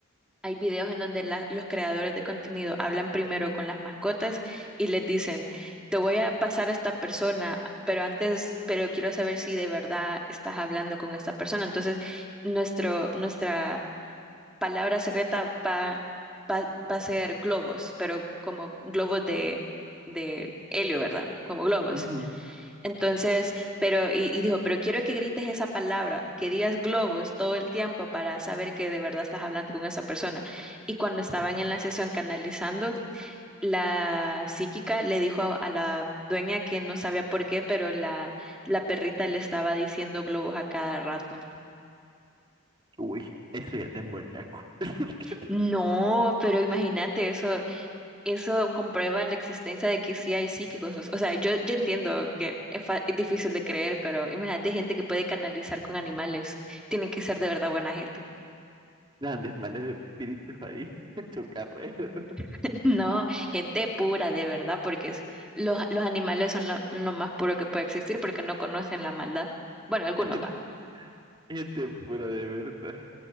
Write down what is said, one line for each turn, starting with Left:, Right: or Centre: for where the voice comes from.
Centre: Hay videos en donde la- los creadores de contenido hablan primero con las mascotas y les dicen, te voy a pasar a esta persona, pero antes, pero quiero saber si de verdad estás hablando con esta persona. Entonces, nuestro, nuestra palabra secreta va, va, va a ser globos, pero como globos de, de helio, ¿verdad? Como globos.
Right: Ujú.
Centre: Entonces, pero, y, y dijo, pero quiero que grites esa palabra, que digas globos todo el tiempo para saber que de verdad estás hablando con esa persona. Y cuando estaban en la sesión canalizando, la psíquica le dijo a la dueña que no sabía por qué, pero la, la perrita le estaba diciendo globos a cada rato.
Right: Uy, eso ya es demoníaco. <laughs>
Centre: No, pero imagínate eso, eso comprueba la existencia de que sí hay psíquicos. O sea, yo, yo entiendo que es, fa- es difícil de creer, pero imagínate gente que puede canalizar con animales. Tienen que ser de verdad buena gente.
Right: Grandes males espíritus ahí. <laughs> Chocarrero.
Centre: <laughs> No, gente pura, de verdad, porque es- los, los animales son lo, lo más puro que puede existir porque no conocen la maldad. Bueno, algunos
Right: Gen-
Centre: va.
Right: Gente pura de verdad.